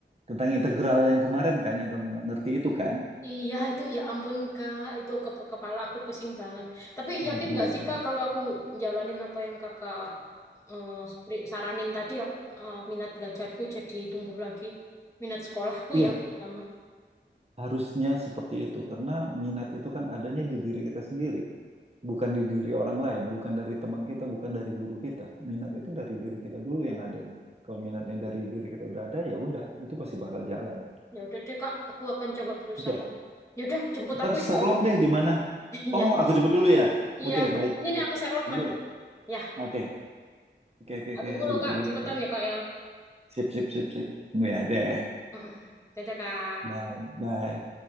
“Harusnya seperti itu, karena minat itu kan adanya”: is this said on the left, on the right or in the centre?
Right